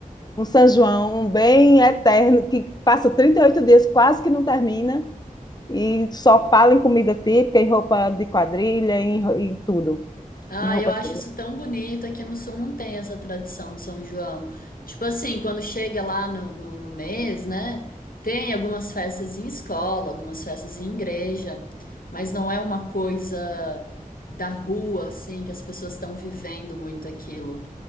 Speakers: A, on the left; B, on the left.
A: um São João um bem eterno, que passa 38 dias, quase que não termina, e só fala em comida típica, em roupa de quadrilha, em, ro- em tudo.
B: Ah,
A: Em roupa.
B: eu acho
A: típica.
B: isso tão bonito. Aqui no Sul não tem essa tradição de São João. Tipo assim, quando chega lá no, no, no mês, né? Tem algumas festas em escola, algumas festas em igreja, mas não é uma coisa da rua, assim, que as pessoas estão vivendo muito aquilo.